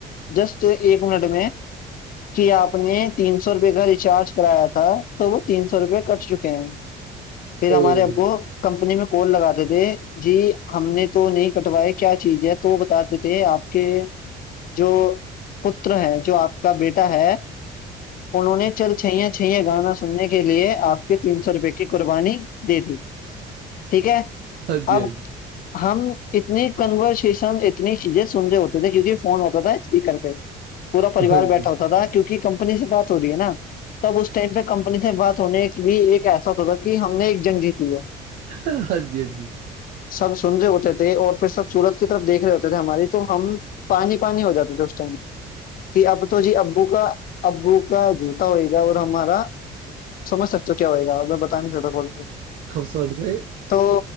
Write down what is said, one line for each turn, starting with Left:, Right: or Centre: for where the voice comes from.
Left: جسٹ ایک منٹ میں کہ آپ نے تین سو روپے کا ریچارج کرایا تھا تو وہ تین سو روپے کٹ چکے ہیں
Right: <inaudible>
Left: پھر ہمارے اب کو
Right: ہوں
Left: کمپنی میں کول لگاتے تھے جی ہم نے تو نہیں کٹوایا کیا چیز ہے تو بتا دی تھے آپ کے جو پت ہے جو آپ کا بیٹا ہے انہوں نے چل چھیا چھیا گانا سننے کے لیے آپ کے تین سو روپے کی قربانی دے دی ٹھیک ہے
Right: ہاں جی او ہاں جی
Left: اب ہم اتنی کنورسیشن اتنی چیزیں سن رہ ہوتے تھے کیونکہ فون ہوتا تھا اسپیکر پہ پوراریوار
Right: ہاں
Left: بیٹھا
Right: جی
Left: ہوتا تھا کیونک کمپنی سے بات ہو رہی ہے نا تب اس ٹائم پہ کمپنی اپنے سے بات ہونے بھی ایک ایسا ہوگا کہ ہم نے ایک جنگ جیتی ہے
Right: ہاں جی ہاں جی
Left: سب سن رہے ہوتے تھے اور پھر سب سورت کی طرف دیکھ رہے ہوتے تھے ہماری تو ہم پانی پانی ہو جاتا تو اس ٹائم کہ اب تو جی ابو کا ابو کا جوتا ہوئے گا اور ہمارا سمج سکتے ہو کیا ہوئے گا ا بتا نہیں چتا ب
Right: خب سوچ گئے
Left: تو